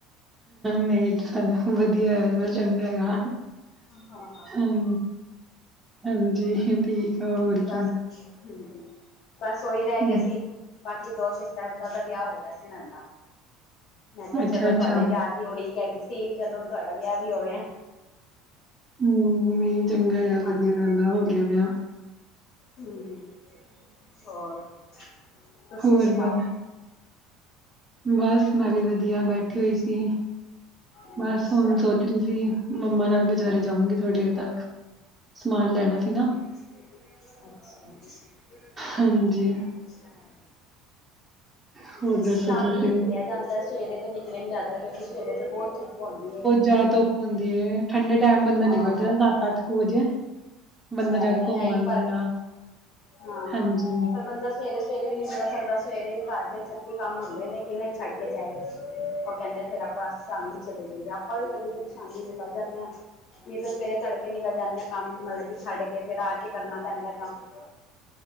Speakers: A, on the right (about 20°); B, on the left (about 55°).
A: ਨਹੀਂ ਚਲੋ ਵਧੀਆ ਆ ਚ ਚੰਗਾ ਆ।
B: ਹਾਂ
A: ਹੈਲੋ, ਹੈਲੋ ਜੀ ਠੀਕ ਆਂ ਹੋਰ
B: ਬਸ
A: ਕੀ।
B: ਹੂੰ ਬਸ ਓਹੀ ਰਹਿ
A: ਹੂੰ,
B: ਗਏ ਸੀ, ਬਾਕੀ ਦੋ ਸਿਸਟਰ ਦਾ ਤਾਂ ਵਿਆਹ ਹੋ ਗਿਆ ਸੀ ਇਹਨਾਂ ਦਾ। ਮੈਂ ਕੇਹਾ ਚੱਲੋ
A: ਅੱਛਾ-ਅੱਛਾ,
B: ਤੁਹਾਡੇ ਵਿਆਹ ਦੀ ਉਡੀਕ ਹੈਗੀ ਸੀ, ਚੱਲੋ ਤੁਹਾਡਾ ਵਿਆਹ ਵੀ ਹੋ ਗਿਆ।
A: ਹੁਂ ਨਹੀਂ ਚੰਗਾ ਆ ਵਧੀਆ
B: ਹਾਂਜੀ।
A: ਗੱਲ ਆ, ਹੋ ਗਿਆ ਵਿਆਹ।
B: ਹੁੰ, ਹੋਰ ਤੁਸੀ
A: ਹੋਰ
B: ਵੀ ਸੁਣਾਓ
A: ਬਸ ਬਸ ਮੈਂ ਵੀ ਵਧੀਆ ਬੈਠੀ ਹੋਈ ਸੀ,
B: ਅੱਛਾ,
A: ਬਸ ਹੁਣ ਸੋਚ ਰਹੀ <unintelligible> ਮੰਮਾ ਨਾਲ ਬਜ਼ਾਰੇ ਜਾਉਂਗੀ ਥੋੜ੍ਹੀ ਦੇਰ ਤੱਕ, ਸਮਾਨ ਲੈਣਾ ਸੀ ਨਾ
B: ਅਛਾ ਬੜਾ
A: ਹਾਂਜੀ
B: ਅੱਛਾ ਐ
A: ਹੋਰ
B: ਸ਼ਾਮੀ
A: ਦੱਸੋ ਤੁਸੀਂ
B: ਨਿਕਲੇਆ ਜਾਂਦੈ, ਸਵੇਰੇ ਤੋਂ ਨਿਕਲੇਆ ਨੀ ਜਾਂਦਾ ਕਿਉ ਸਵੇਰੇ ਤੇ ਬਹੁਤ ਧੁੱਪ ਹੋਂਦੀ ਐ।
A: ਜਰਾ ਤੋਂ ਹੁੰਦੀ ਐ ਠੰਡੇ ਟੈਮ ਬੰਦਾ
B: ਹਾਂ,
A: ਨਿਕਲ ਜੇ ਸੱਤ-ਅੱਠ ਕੁ ਵਜੇ। ਬੰਦਾ
B: ਐ
A: ਜਾ ਕੇ
B: ਤਾਂ
A: ਘੁੱਮ
B: ਹੈ ਹੀ
A: ਆਂਦੈ
B: ਪਰ
A: ਆ।
B: ਹਾਂ
A: ਹਾਂਜੀ
B: ਬੰਦਾ ਸਵੇਰੇ-ਸਵੇਰੇ ਵੀ ਨੀ ਨਿਕਲ ਸਕਦਾ ਸਵੇਰੇ ਘਰ ਦੇ ਛੱਤੀ ਕੰਮ ਹੁੰਦੇ ਨੇ, ਕਿਵੇਂ ਛੱਡ ਕੇ ਜਾਏ। ਓਹ ਕਹਿੰਦੇ ਫੇਰ ਆਪਾਂ ਸ਼ਾਮੀ ਚਲੇ ਜਾਈਏ, ਆਪਾਂ ਵੀ ਕਦੀ-ਕਦੀ ਸ਼ਾਮੀ ਨਿਕਲ ਜਾਂਣੇ ਆਂ। ਨਹੀਂ ਤਾਂ ਸਵੇਰੇ ਤੜਕੇ ਨਿਕਲ ਜਾਂਦੇ ਆ ਕੰਮ, ਮਤਲਬ ਕਿ ਛੱਡ ਕੇ ਫੇਰ ਆ ਕੇ ਕਰਨਾ ਪੈਂਦਾ ਕੰਮ।